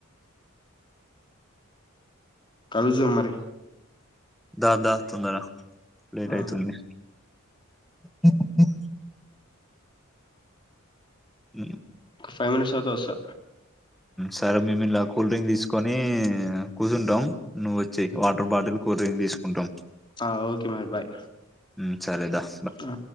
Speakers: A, on the left; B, in the centre.
A: కజు అరి
B: దా ద తుందర లేట్
A: ఆ,
B: అయితుంది హ హ్మ్
A: ఒక ఫైవ్ మినిట్స్ అవాత వస్తా
B: సరే మేము ఇలా కూల్ డ్రింక్ తీసుకొని కుజండం నువ్వు వచ్చెయ్ వాటర్ బాటిల్ కూరని తీసుకుంటాం
A: ఆ ఓకే మ బాయ్
B: సరేదా
A: ఆ